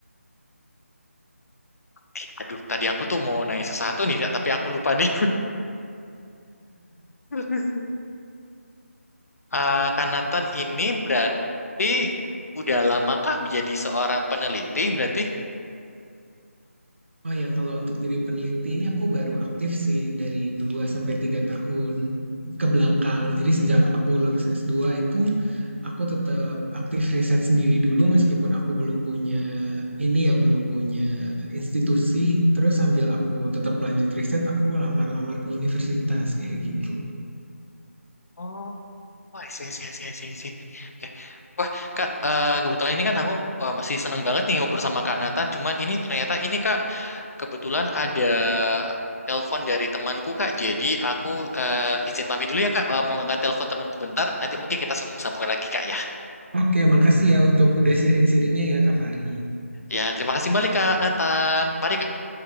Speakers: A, on the left (about 80°); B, on the right (about 50°).
A: Eh, aduh, tadi aku tuh mau nanya sesuatu nih, Kak, tapi aku lupa nih. <laughs> Eh, Kak Nathan ini berarti udah lama kak menjadi seorang peneliti berarti?
B: Oh ya, kalau untuk jadi peneliti ini aku baru aktif sih dari 2 sampai 3 tahun ke belakang. Jadi sejak aku lulus S2 itu aku tetap aktif riset sendiri dulu meskipun aku belum punya ini ya belum punya institusi. Terus sambil aku tetap lanjut riset, aku lamar-lamar ke universitas kayak gitu.
A: Oh, wah, sih, sih, sih, sih, sih. Oke. Wah, Kak, eh, kebetulan ini kan aku eh, masih seneng banget nih ngobrol sama Kak Nathan. Cuman ini ternyata ini Kak, kebetulan ada telepon dari temanku Kak. Jadi aku eh, izin pamit dulu ya Kak, Eh, mau ngangkat telepon temanku bentar. Nanti mungkin kita sambung-sambung lagi Kak ya.
B: Oke, makasih ya untuk udah sharing-sharingnya ya Kak Fari.
A: Ya, terima kasih kembali Kak Nathan. Mari Kak.